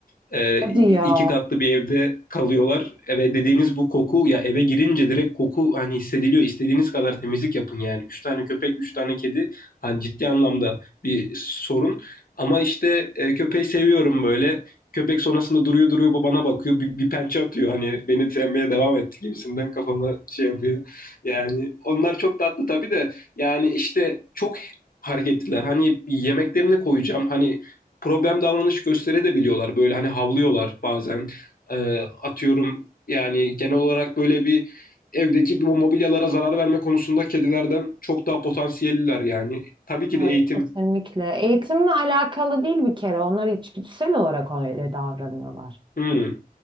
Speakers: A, on the left (about 65°); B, on the right (about 30°).
A: E,
B: Hadi ya
A: iki katlı bir evde kalıyorlar. Eve dediğiniz bu koku ya eve girince direkt koku hani hissediliyor. İstediğiniz kadar temizlik yapın yani. Üç tane köpek, üç tane kedi hani ciddi anlamda bir sorun. Ama işte e, köpeği seviyorum böyle. Köpek sonrasında duruyor duruyor bu bana bakıyor. Bir, bir pençe atıyor hani beni sevmeye devam etti gibisinden kafama şey yapıyor. Yani onlar çok tatlı tabii de yani işte çok hareketliler. Hani yemeklerini koyacağım. Hani problem davranış gösterebiliyorlar. Böyle hani havlıyorlar bazen. Ee, atıyorum yani genel olarak böyle bir evdeki bu mobilyalara zarar verme konusunda kedilerden çok daha potansiyelliler yani. Tabii ki
B: Hayır,
A: de eğitim
B: kesinlikle. Eğitimle alakalı değil bir kere. Onlar içgüdüsel olarak öyle davranıyorlar.
A: Hmm,